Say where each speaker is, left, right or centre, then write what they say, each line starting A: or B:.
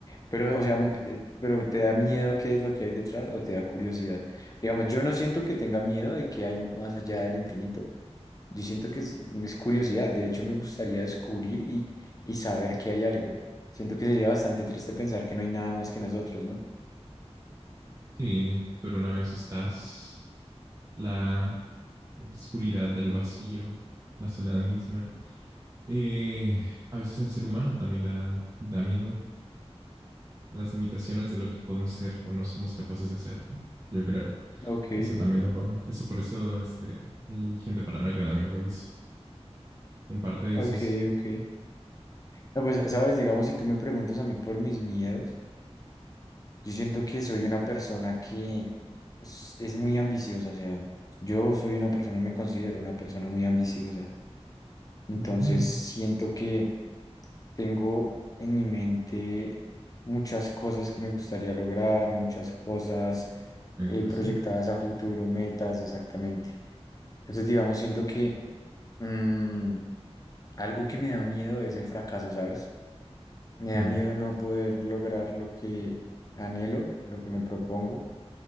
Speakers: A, on the left; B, on the right.
A: pero, o sea, mm, eh, pero ¿te da miedo qué es lo que hay detrás o te da curiosidad? Digamos, yo no siento que tenga miedo de que hay más allá del infinito. Yo siento que es, mm, es curiosidad. De hecho, me gustaría descubrir y, y saber que hay algo. Siento que sería bastante triste pensar que no hay nada más que nosotros, ¿no?
B: Sí, pero una vez estás, la oscuridad del vacío, la soledad misma. Eh, a veces el ser humano también da, da miedo, las limitaciones de lo que podemos ser o no somos capaces de hacer, ¿no? Yo creo.
A: Ok,
B: Eso también da por mí. Eso por eso este, hay gente paranoica también, porque es- en parte
A: ok,
B: es eso.
A: ok. No, pues, sabes, digamos, si tú me preguntas a mí por mis miedos, yo siento que soy una persona que es, es muy ambiciosa. O sea, yo soy una persona, me considero una persona muy ambiciosa. Entonces
B: Ujú.
A: siento que tengo en mi mente muchas cosas que me gustaría lograr, muchas cosas
B: Metas,
A: eh, proyectadas
B: ¿no?
A: a futuro, metas, exactamente. Entonces, digamos, siento que mm, algo que me da miedo es el fracaso, ¿sabes? Me
B: Claro,
A: da miedo no poder lograr lo que anhelo, lo que me propongo.